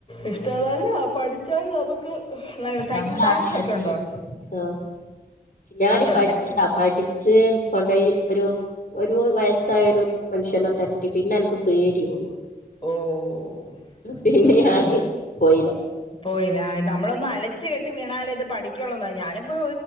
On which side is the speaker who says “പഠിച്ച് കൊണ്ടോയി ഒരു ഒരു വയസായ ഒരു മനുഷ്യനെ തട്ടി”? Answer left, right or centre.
Left